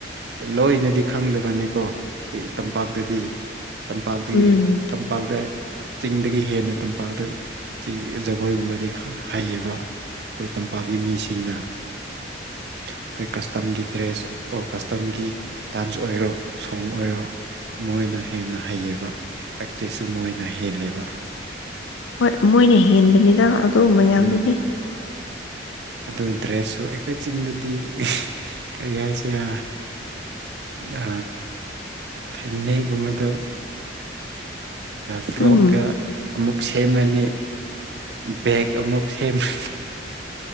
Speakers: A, on the right; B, on the left.
A: ꯂꯣꯏꯅꯗꯤ ꯈꯪꯗꯕꯅꯤꯀꯣ ꯇꯝꯄꯥꯛꯇꯗꯤ ꯇꯝꯄꯥꯛꯇꯒꯤ
B: ꯎꯝ
A: ꯇꯝ ꯄꯥꯛꯗ ꯆꯤꯡꯗꯒꯤ ꯍꯦꯟꯅ ꯇꯝꯄꯥꯛꯇ ꯁꯤ ꯖꯒꯣꯏꯒꯨꯝꯕꯗꯤ ꯍꯩꯌꯦꯕ ꯑꯩꯈꯣꯏ ꯇꯝꯄꯥꯛꯀꯤ ꯃꯤꯁꯤꯡꯅ ꯑꯩꯈꯣꯏ ꯀꯁꯇꯝꯒꯤ ꯗ꯭ꯔꯦꯁ ꯑꯣ ꯀꯁꯇꯝꯒꯤ ꯗꯥꯟꯁ ꯑꯣꯏꯔꯣ ꯁꯣꯡ ꯑꯣꯏꯔꯣ ꯃꯣꯏꯅ ꯍꯦꯟꯅ ꯍꯩꯌꯦꯕ ꯄ꯭ꯔꯦꯛꯇꯤꯁꯁꯨ ꯃꯣꯏꯅ ꯍꯦꯜꯂꯦꯕ
B: ꯍꯣꯏ ꯃꯣꯏꯅ ꯍꯦꯟꯕꯅꯤꯗ ꯑꯗꯨ ꯃꯌꯥꯝꯗꯨꯗꯤ
A: ꯎꯝ ꯑꯗꯨ ꯗ꯭ꯔꯦꯁꯁꯨ ꯑꯩꯈꯣꯏ ꯆꯤꯡꯗꯗꯤ ꯀꯔꯤ ꯍꯥꯏꯁꯤꯔꯥ ꯅꯥ ꯐꯟꯅꯦꯛꯒꯨꯝꯕꯗꫭ ꯐ꯭ꯔꯣꯛꯀ
B: ꯎꯝ
A: ꯑꯃꯨꯛ ꯁꯦꯝꯃꯅꯤ ꯕꯦꯛ ꯑꯃꯨꯛ ꯁꯦꯝꯃ